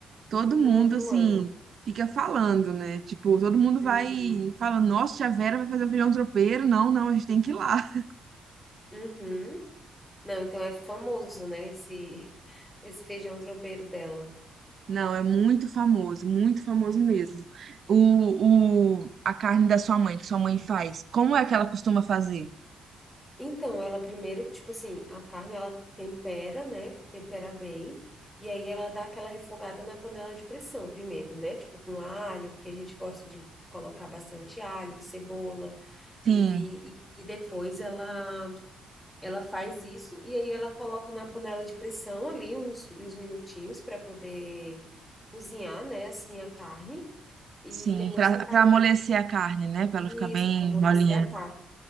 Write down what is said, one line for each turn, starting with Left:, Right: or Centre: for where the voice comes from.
Right: todo
Centre: Todo
Right: mundo,
Centre: mundo
Right: assim,
Centre: ama.
Right: fica falando, né? Tipo, todo mundo
Centre: Uhum.
Right: vai falando, nossa, tia Vera vai fazer o feijão tropeiro. Não, não, a gente tem que ir lá. <laughs>
Centre: Uhum. Não, então é famoso, né? Esse, <laughs> esse feijão tropeiro dela.
Right: Não, é muito famoso, muito famoso mesmo. O, o, a carne da sua mãe, que sua mãe faz, como é que ela costuma fazer?
Centre: Então, ela primeiro, tipo assim, a carne ela tempera, né? Tempera bem. E aí ela dá aquela refogada na panela de pressão primeiro, né? Tipo com alho, porque a gente gosta de colocar bastante alho, cebola.
Right: Sim,
Centre: E, e, e depois ela ela faz isso e aí ela coloca na panela de pressão ali uns, uns minutinhos para poder cozinhar, né? Assim a carne. E
Right: Sim,
Centre: depois
Right: pra,
Centre: que a carne
Right: pra amolecer
Centre: cozinha,
Right: a carne, né? Pra
Centre: isso,
Right: ela ficar bem
Centre: para amolecer
Right: molinha.
Centre: a carne.